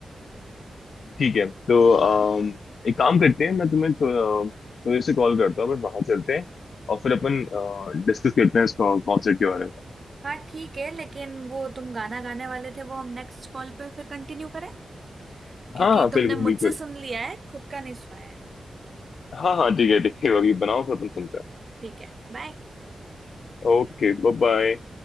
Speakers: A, on the left (about 75°); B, on the right (about 45°).
A: ठीक है तो अम, एक काम करते हैं मैं तुम्हें थो- थोड़े से कॉल करता हूँ अपन बाहर चलते हैं और फिर अपन डिस्कस करते हैं इस कॉन्सर्ट के बारे में
B: हाँ ठीक है लेकिन वो तुम गाना गाने वाले थे वो हम नेक्स्ट कॉल पे फिर कंटिन्यू करें क्योंकि
A: हाँ हाँ
B: तुमने
A: बिल्कुल
B: मुझसे
A: बिल्कुल
B: सुन लिया है खुद का नहीं सुनाया है
A: हाँ हाँ ठीक है ठीक है अभी बनाओ फिर अपन सुनते हैं
B: ठीक है बाय
A: Okay bye bye